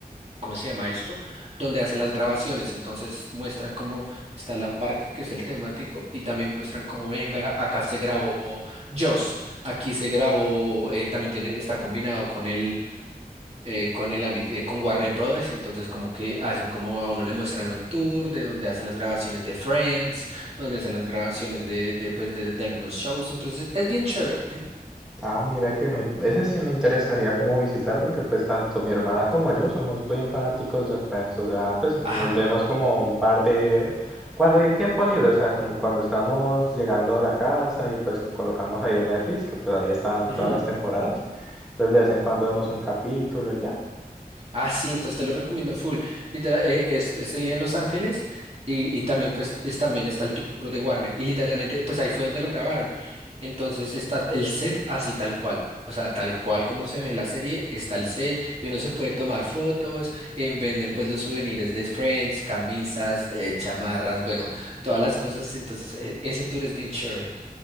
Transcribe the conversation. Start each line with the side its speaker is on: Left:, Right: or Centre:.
Right: ¿cómo se llama esto? Donde hacen las grabaciones. Entonces muestran cómo está la parque, que es el temático, y también muestran cómo venga, acá se grabó Joss, aquí se grabó, eh, también tiene, está combinado con el, eh, con el ámbito, eh, con Warner Brothers. Entonces como que hacen como a uno le muestran un tour de donde hacen las grabaciones de Friends, donde hacen las grabaciones de, de, pues, de, de algunos shows. Entonces es bien chévere.
Centre: Ah, mira que me- ese sí me interesaría como visitar porque pues tanto mi hermana como yo somos bien fanáticos de Friends, o sea, pues nos
Right: Ah,
Centre: vemos como un par de... cuando hay tiempo libre, o sea, como cuando estamos llegando a la casa y pues colocamos ahí el Netflix, que pues ahí están
Right: ujú.
Centre: todas las temporadas, entonces de vez en cuando vemos un capítulo y ya.
Right: Ah, sí, entonces te lo recomiendo full. Literal, eh, es, es en Los Ángeles y, y también pues es, también está el tour de Warner. Y literalmente pues ahí fue donde lo grabaron. Entonces está el set así tal cual. O sea, tal cual como se ve en la serie, está el set y uno se puede tomar fotos, eh, venden pues los souvenirs de Friends, camisas, eh, chamarras, bueno, todas las cosas. Entonces e- ese tour es bien chévere.